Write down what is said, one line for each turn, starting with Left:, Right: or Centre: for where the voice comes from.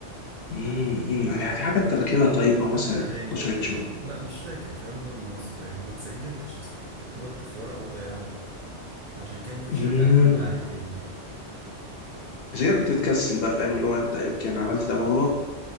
Left: امم أمم. في حاجه انت فاكرها طيب
Right: كتبت
Left: او مثلا
Right: أغاني
Left: 12
Right: برضو
Left: شهور
Right: بس لا مش فاكر الكلام ده من وأنا صغير ما سجلتش أصلي كنت بكتب في ورق وأضيعه عشان كده ما كنتش
Left: امم
Right: أرجع أكمل عليه تاني
Left: عشان كده كنت بتكسل بقى فاهم اللي هو انت اوكي انا عملت ده مرة